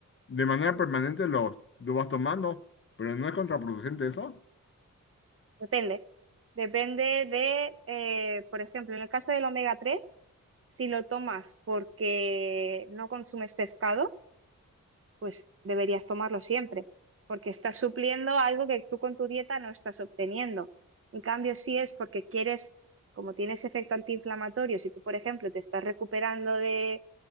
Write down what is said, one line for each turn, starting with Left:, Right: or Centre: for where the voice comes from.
Left: de manera permanente lo, lo vas tomando, pero no es contraproducente eso.
Right: Depende. Depende de, eh, por ejemplo, en el caso del omega 3 si lo tomas porque no consumes pescado, pues deberías tomarlo siempre, porque estás supliendo algo que tú con tu dieta no estás obteniendo. En cambio, si es porque quieres, como tienes efecto antiinflamatorio, si tú, por ejemplo, te estás recuperando de,